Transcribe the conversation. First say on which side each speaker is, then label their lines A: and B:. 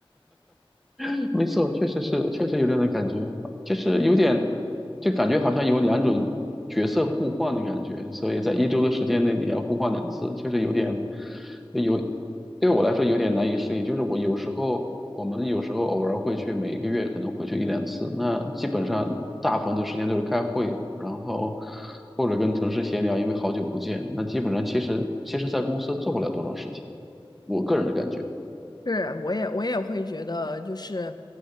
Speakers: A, in the centre; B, on the left.
A: <laughs> 没错，确实是，确实有这样的感觉，就是有点，就感觉好像有两种角色互换的感觉，所以在一周的时间内你要互换两次，确实有点，有，对我来说有点难以适应。就是我有时候，我们有时候偶尔会去，每一个月可能回去一两次，那基本上大部分的时间都是开会，然后或者跟同事闲聊，因为好久不见，那基本上其实其实在公司做不了多少事情，我个人的感觉。
B: 是，我也我也会觉得，就是，